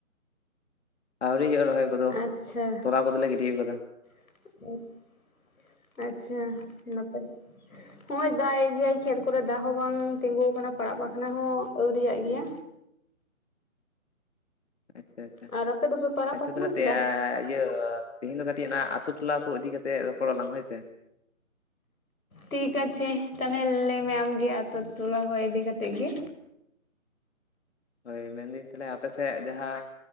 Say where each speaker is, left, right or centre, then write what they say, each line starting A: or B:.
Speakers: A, on the left; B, on the left.
A: ᱟᱹᱣᱨᱤ ᱦᱩᱭᱩᱜ-ᱟ ᱨᱚᱦᱚᱭ ᱠᱚᱫᱚ,
B: ᱟᱪᱪᱷᱟ
A: ᱛᱚᱞᱟ ᱠᱚᱫᱚᱞᱮ ᱜᱤᱰᱤᱣ ᱠᱟᱫᱟ᱾
B: <unintelligible> ᱟᱪᱪᱷᱟ ᱱᱟᱯᱟᱭᱼᱼ ᱱᱚᱜ-ᱚᱭ ᱫᱟᱜ ᱮᱜ ᱜᱮᱭᱟᱭ ᱠᱷᱮᱛ ᱠᱚᱨᱮ ᱫᱟᱜ ᱦᱚᱸ ᱵᱟᱝ ᱛᱤᱸᱜᱩ ᱟᱠᱟᱱᱟ ᱯᱟᱲᱟᱜ ᱵᱟᱠᱷᱟᱱᱟ ᱦᱚᱸ ᱟᱹᱣᱨᱤᱭᱟᱜ ᱜᱮᱭᱟ᱾
A: ᱟᱪᱪᱷᱟ-ᱟᱪᱪᱷᱟ
B: ᱟᱨ ᱟᱯᱮ ᱫᱚᱯᱮ ᱯᱟᱲᱟᱜ
A: ᱟᱪᱪᱷᱟ
B: ᱵᱟᱠᱷᱱᱟ
A: ᱛᱟᱦᱚᱞᱮ
B: ᱠᱮᱫᱟ?
A: ᱛᱮᱦᱮᱟᱻ ᱤᱭᱟᱹᱼᱼ ᱛᱮᱦᱤᱧ ᱫᱚ ᱠᱟᱹᱴᱤᱡ ᱚᱱᱟ ᱟᱛᱩ ᱴᱚᱞᱟ ᱠᱚ ᱤᱫᱤ ᱠᱟᱛᱮᱜ ᱨᱚᱯᱚᱲ ᱟᱞᱟᱝ, ᱦᱳᱭ ᱥᱮ?
B: ᱴᱷᱤᱠ ᱷᱟᱪᱷᱮ ᱛᱟᱦᱞᱮ ᱞᱟᱹᱭᱢᱮ ᱟᱢᱜᱤ ᱟᱛᱳ ᱴᱚᱞᱟ ᱠᱚ ᱤᱫᱤ ᱠᱟᱛᱮᱜ ᱜᱮ
A: ᱦᱳᱭ ᱢᱮᱱ ᱫᱟᱹᱧ ᱛᱟᱦᱞᱮ ᱟᱯᱮ ᱥᱮᱫ ᱡᱟᱦᱟᱸ